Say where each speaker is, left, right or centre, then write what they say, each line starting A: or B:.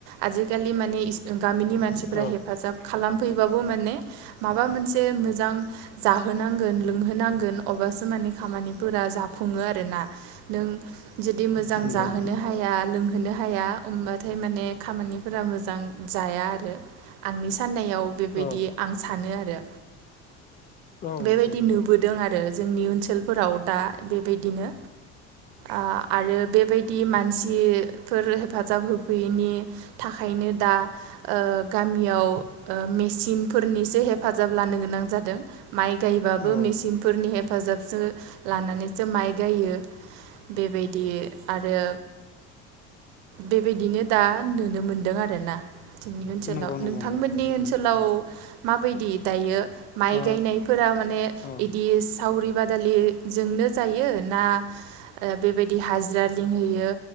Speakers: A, on the right; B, on the left.
A: आजिखालि माने गामिनि मान
B: औ
A: फ्रा हेफाजाब खालाम फैबाबो माने माबा मोनसे मोजां जाहो -नांगोन लोंहोनांगोन अबासो माने खामानिफोरा जाफुङो आरोना नों जुदि मोजां
B: नंगौ
A: जाहोनो हाया लों होनो हाया होमबाथाय माने खामानिफोरा मोजां जाया आरो आंनि साननाया याव बेबायदि
B: नंगौ औ
A: आं सानो आरो।
B: औ
A: बेबायदि
B: नंगौ नंगौ
A: नुबोदों आरो जोंनि ओनसोल फोराव दा बेबायदिनो आ आरो बेबायदि मानसिफोर हेफाजाब होफैयैनि थाखायनो दा ओ गामियाव ओ मेसिनफोरनिसो हेफाजाब लानो गोनां जादों। माइ गायबाबो
B: अ
A: मेसिनफोरनि हेफ फाजाबसो लानानैसो माइ गायो बेबायदि आरो बेबायदिनो दा नुनो मोनदों आरोना। ओनसोलाव
B: नंगौ नंगौ
A: नोंथांमोननि
B: नंगौ
A: ओनसोलाव
B: उम उम
A: माबायदि दायो माइ
B: अ
A: गायनाय फोरा माने
B: औ अ
A: इदिस सावरि बादालिजोंनो जायो ना ओ बेबायदि हाजिरा लिंहैयो